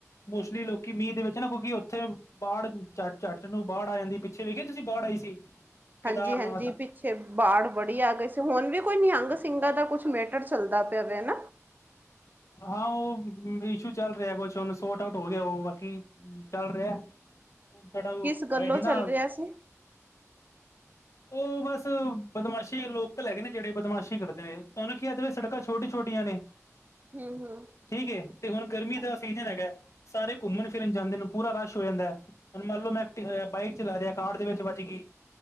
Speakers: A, on the left; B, on the right.
A: ਮੋਸਟਲੀ ਲੋਕੀ ਮੀਂਹ ਦੇ ਵਿੱਚ ਨਾ ਕਿਉਂਕਿ ਉੱਥੇ। ਬਾੜ ਚਾ ਚੱਟ ਨੂੰ ਬਾਹੜ ਆ ਜਾਂਦੀ ਪਿੱਛੇ ਵੇਖਿਆ ਤੁਸੀਂ ਬਾੜ ਆਈ ਸੀ। ਕੇਦਾਰਨਾਥ
B: ਹਾਂਜੀ ਹਾਂਜੀ ਪਿੱਛੇ ਬਾੜ ਬੜੀ ਆ ਗਈ ਸੀ ਹੁਣ ਵੀ ਕੋਈ ਨਿਹੰਗ
A: ਹਾਂ
B: ਸਿੰਘਾਂ ਦਾ ਕੁਛ ਮੇਟ। ਚੱਲਦਾ ਪਿਆ ਵੇ ਨਾ।
A: ਹਾਂ ਉਹ ਇਸ਼ੂ ਚੱਲ ਰਿਆ ਕੁਛ ਉਹਨੂੰ ਸੋਰਟ ਆਊਟ ਹੋ ਗਿਆ ਉਹ ਬਾਕੀ। ਚੱਲ ਰਿਹਾ ਥੋਡਾ ਓ
B: ਕਿਸ
A: ਹੋਇਆ
B: ਗੱਲੋਂ
A: ਸੀ ਨਾ
B: ਚੱਲ ਰਿਹਾ ਸੀ
A: ਉਹ ਬਸ ਬਦਮਾਸ਼ੀ ਲੋਕਲ ਹੈਗੇ ਨੇ ਜਿਹੜੇ ਬਦਮਾਸ਼ੀ ਕਰਦੇ ਨੇ ਤੁਹਾਨੂੰ ਕਿਹਾ ਤੇ ਵੇ ਸੜਕਾਂ ਛੋਟੀ ਛੋਟੀਆਂ ਨੇ।
B: ਹਮ ਹਮ
A: ਠੀਕ ਏ ਤੇ ਹੁਣ ਗਰਮੀ
B: ਹਾਂਜੀ
A: ਤਾਂ ਅਸੀਂ ਹੈਗਾ ਸਾਰੇ ਘੁੰਮਣ ਫਿਰਨ ਜਾਂਦੇ ਨੇ ਪੂਰਾ ਰਸ਼ ਹੋ ਜਾਂਦਾ ਹੈ ਹੁਣ ਮੰਨ ਲਓ ਮੈਂ ਐਕਟੀ ਬਾਈਕ ਚਲਾ ਰਿਹਾ। ਕਾਰਡ ਦੇ ਵਿੱਚ ਵੱਜ ਗਈ।